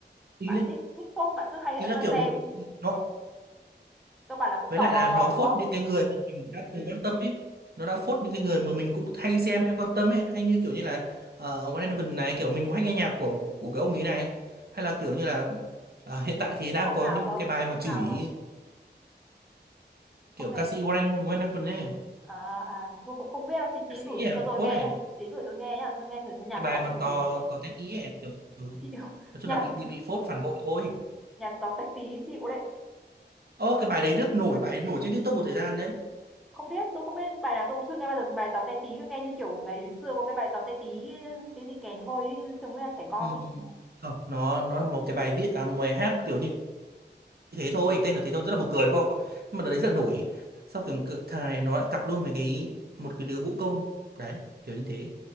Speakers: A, on the right; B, in the centre.
A: ý
B: bạn thích thích post bạn cứ hay
A: ý
B: ấn
A: là
B: vào
A: kiểu
B: xem
A: nó
B: cơ bản là cũng
A: với
B: tò
A: lại
B: mò
A: là nó
B: đúng
A: phốt
B: không
A: những cái người mà mình đã từng quan tâm ấy nó đã phốt những cái người mà mình cũng hay xem hay quan tâm ấy hay như kiểu như là uh, One Eleven này kiểu mình cũng hay nghe nhạc của của cái ông ý này hay là kiểu như là ờ, hiện tại thì đang
B: ông
A: có
B: nào
A: những
B: cơ
A: cái bài mà
B: không
A: chửi
B: nào cơ
A: kiểu
B: không nghe
A: ca sĩ One One Eleven ấy
B: à à tôi cũng không biết đâu tí tí
A: ca sĩ
B: gửi
A: ấy,
B: cho tôi
A: phốt
B: nghe
A: này
B: nhá tí gửi tôi nghe nhá tôi nghe thử xem nhạc
A: cái bài
B: của ông
A: mà
B: kiểu
A: to
B: gì
A: to tét ý ấy kiểu ừ.
B: chịu <laughs>
A: nói chung là bị
B: nhạc
A: bị bị phốt phản bội thôi
B: nhạc tàu tách tí chịu đấy
A: ô cái bài đấy rất nổi bài ấy nổi trên TikTok một thời gian đấy
B: không biết tôi không biết bài nào tôi cũng chưa nghe bao giờ bài táo te tí cứ nghe như kiểu ngày xưa có cái bài táo te tí tí gì kèn hôi ấy, giống như là trẻ con
A: ừ.
B: ấy
A: không nó nó là một cái bài viết à, một bài hát kiểu như thế thôi tên là thế thôi rất là buồn cười đúng không nhưng mà đợt đấy rất là nổi sau kiểu cực thài nó lại cặp luôn với cái một cái đứa vũ công đấy kiểu như thế